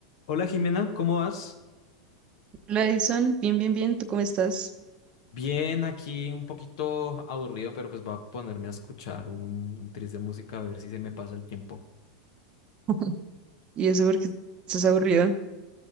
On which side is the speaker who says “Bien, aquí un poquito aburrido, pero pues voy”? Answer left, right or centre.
Left